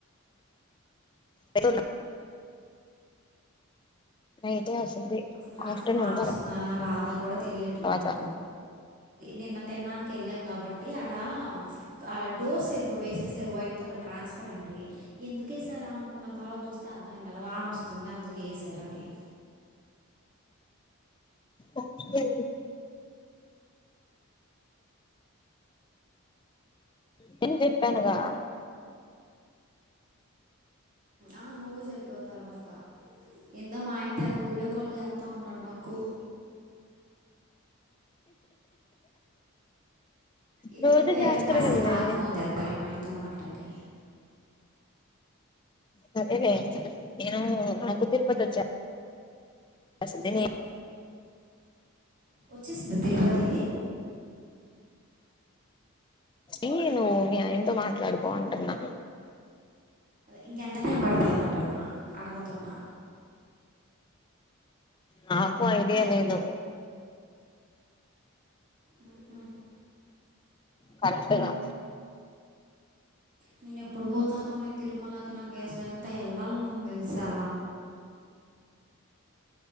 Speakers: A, on the left (about 20°); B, on the right (about 35°).
A: ఎల్లూరి నైటే వస్తుంది
B: అసలు రాత్రిలు
A: ఆఫ్టర్నూన్
B: వాన వస్తుంద రాదా కూడా తెలియట్లా
A: తర్వాత
B: నాకు నిన్న తెన్నానికి వెళ్ళాం కాబట్టి ఆడ ఆ డోర్స్ వేససారు వైట్ ట్రాన్స్పరెంట్ ఎందుకేసారా అనుకున్న తర్వాత చూస్తే అర్థమయింది ఆడ వాన వస్తుంది అందుకే ఎశారు తరని
A: ఓకే నీన్ చెప్పానుగా
B: ఆ నువ్వు చెప్పావు తర్వాత ఎందో మాయన తెగ వీడియో కాలు చేస్తా ఉన్నాడు నాకు ఇది
A: రోజు
B: అయిపోయాక
A: చేస్తారు
B: కాసేపు
A: కదలే
B: ఆగి ఫోన్ చేస్తాలే మా ఆయనతో మాట్లాడి
A: హు ఏంలే నేను నాకు తిరుపతొచ్చా అసలు దేని
B: వచ్చేసిందా తిరుపతి
A: ఏ నువ్వు మీ ఆయతో మాట్లాడుకో అంటున్నా
B: ఇంకెంత టైం పడుతుంది అంటున్నా అడుగుతున్నా
A: నాకు ఐడియా లేదు
B: ఆహా
A: కరెక్టుగా
B: నేను ఎప్పుడు పోతానోనే తిరుమలకి నా కసులు ఎంత వెళ్ళలని ఉంది తెలుసా